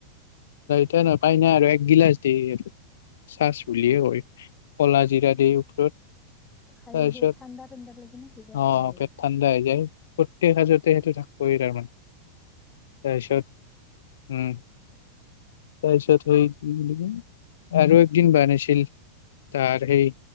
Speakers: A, on the left; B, on the left.
A: তি ন পাই নাই আৰু এক গিলাচ দি চাহ।
B: ইচ্ছা
A: বুলি য়ে কয়। কলা জিৰা দি ওপৰত
B: খাই
A: তাৰপিছত
B: সেই ঠাণ্ডা ঠাণ্ডা লাগে নে কিবা
A: অহ
B: ভাল লাগে
A: পেট ঠাণ্ডা হৈ যায় প্ৰত্যেক সাজতে সেইটো থাকবই তাৰমানে তাৰপিছত উম
B: অ
A: তাৰপিছত হেই কি বুলি কয় আৰু একদিন বানাইছ ছিল তাৰ সেই